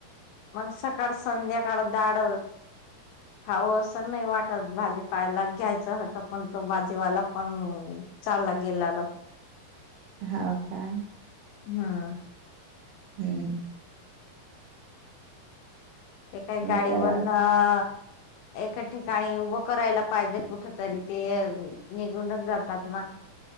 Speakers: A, on the left; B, on the right.
A: मग सकाळ संध्याकाळ दाड खावं असं नाही वाटत. भाजीपाला घ्यायचा होता, पण तो भाजीवालापण चालला गेलालं.
B: हो का?
A: हम्म.
B: हम्म.
A: ते काही गाडीवरनं
B: मी काय
A: एका ठिकाणी उभं करायला पाहिजे कुठतरी ते, निघूनच जातात ना.